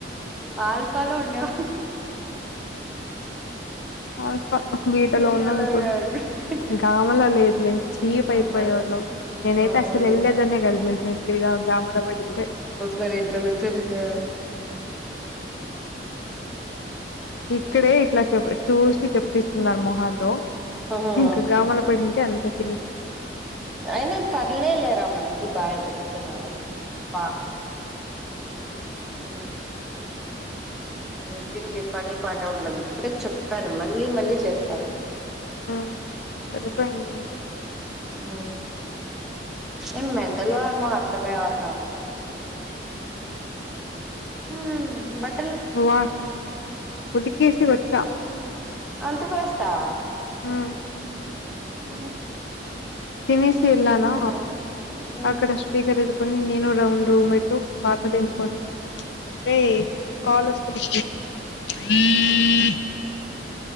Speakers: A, in the centre; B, on the left.
A: ఆల్ఫాలో ఉండేవా
B: ఆల్ఫా బీటలో
A: బీటాలో
B: ఉన్నాం ఇప్పుడు
A: కాకుండా
B: గామంలో లేదులే చీపు అయిపోయేవాళ్ళం
A: అమ్మ
B: నేనైతే
A: అవును
B: అసలు వెళ్ళలేదన్న కదలే తగా <unintelligible> ఉందమరబడిటు
A: గర్ ఇంట్లో పెట్టేసిందే
B: ఇక్కడే ఇట్లా చె చూసి చెప్పిస్తున్నారు మొహల్లో
A: ఉమ్
B: ఇంకా గామన్నపేట అనిపించింది
A: అయినా పర్లేలేరా మనకి బాగా చెప్తే చాలు ప ఊ నితిన్ కి పని పాట ఉండదు ఇప్పుడే చెప్పాను మళ్ళీ మళ్ళీ చేస్తారు
B: ఆ చరీపోయింది
A: ఊ ఏం మెండల్ ఏమో అర్తమే కాదు నాకు హుమ్ బట్
B: వా ఉదికేసి వచ్చా
A: అంత ఫాస్టా
B: హా
A: ఆ
B: తినేసి ఏలాను
A: ఉన్నావ్
B: ఆక్కడ స్పపీకర్ ఇ కొని నేను రౌండ్ రూమ్ పెట్టు పాత తిన్కొని రే కాల్ వస్తు హ